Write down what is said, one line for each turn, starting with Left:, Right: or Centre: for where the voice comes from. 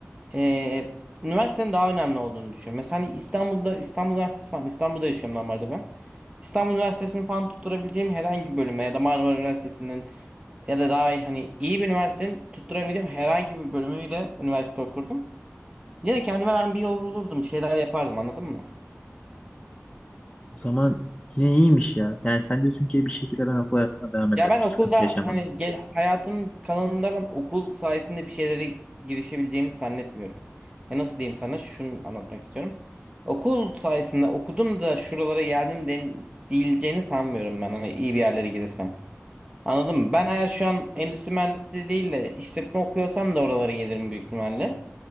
Right: e, üniversitenin daha önemli olduğunu düşünüyorum. Mesela hani İstanbul'da İstanbul Üniversitesi falan İstanbul'da yaşıyorum normalde ben. İstanbul Üniversitesi'ni falan tutturabileceğim herhangi bir bölüme ya da Marmara Üniversitesi'nin ya da daha iyi, hani iyi bir üniversitenin tutturabileceğim herhangi bir bölümüyle üniversite okurdum. Yine kendime ben bir yol bulurdum, bir şeyler yapardım anladın mı?
Left: O zaman yine iyiymiş ya. Yani sen diyorsun ki bir şekilde ben okul hayatıma devam ederdim.
Right: Ya ben okulda
Left: Sıkıntı yaşamadım.
Right: hani ge- hayatın kalanında ben okul sayesinde bir şeylere girişebileceğimi zannetmiyorum. Ya nasıl diyeyim sana şunu anlatmak istiyorum. Okul sayesinde okudum da şuralara geldim den diyileceğini sanmıyorum ben hani iyi bir yerlere gidersem. Anladın mı? Ben eğer şu an endüstri mühendisi değil de işletme okuyorsam da oralara gelirim büyük ihtimalle.